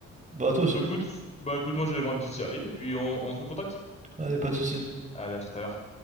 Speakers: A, on the right; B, on the left.
A: Bah, à toi aussi.
B: Bah écoute, bah écoute, moi je vais voir une petite série et puis on, on se recontacte.
A: Allez, pas de soucis.
B: Allez, à tout à l'heure.